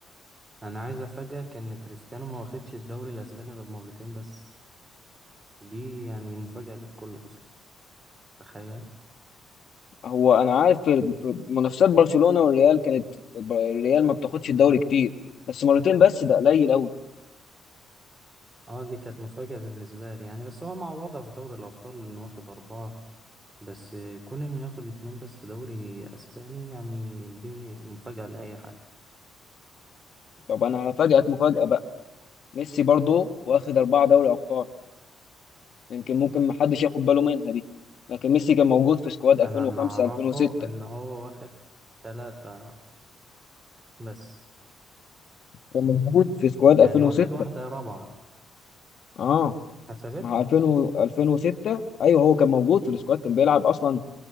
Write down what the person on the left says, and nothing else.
هو انا عارف في في منافسات برشلونة والريال كانت الريال ما بتاخدش الدوري كتير بس مرتين بس ده قليل قوي
طب انا هفاجئك مفاجأة ميسي برضه واخد أربعة دوري أبطال يمكن ممكن محدش ياخد باله منها دي لكن ميسي كان موجود في سكواد 2005
2006
كان موجود في سكواد
2006
اه
مع 2000 و- 2006 ايوه هو كان موجود في السكواد كان بيلعب اصلا